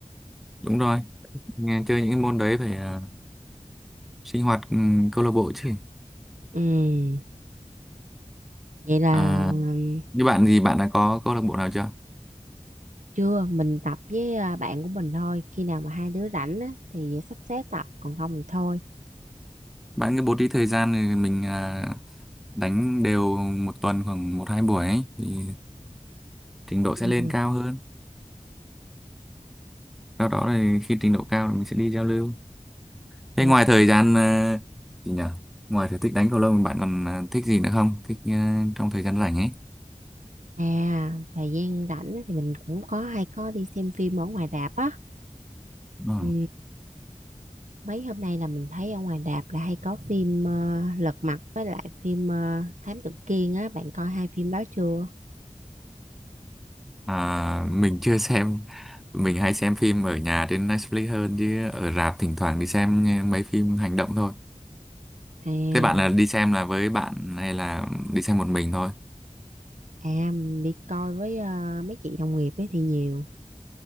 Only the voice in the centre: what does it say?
đúng rồi nghe chơi những cái môn đấy phải ờ, sinh hoạt ừ, câu lạc bộ chứ
À,
như bạn thì bạn đã có câu lạc bộ nào chưa
bạn cứ bố trí thời gian thì mình à, đánh đều một tuần khoảng một hai buổi ấy, thì trình độ
sẽ lên cao hơn sau đó thì khi trình độ cao thì mình sẽ đi giao lưu thế
ngoài
thời gian à, gì nhỉ ngoài sở thích đánh cầu lông bạn còn à, thích gì nữa không thích à, trong thời gian rảnh ấy
Ừ.
à, mình chưa xem mình hay xem phim ở nhà trên Netflix hơn chứ ở rạp thỉnh thoảng đi xem mấy phim hành động thôi
thế bạn là đi xem là với bạn hay là đi xem một mình thôi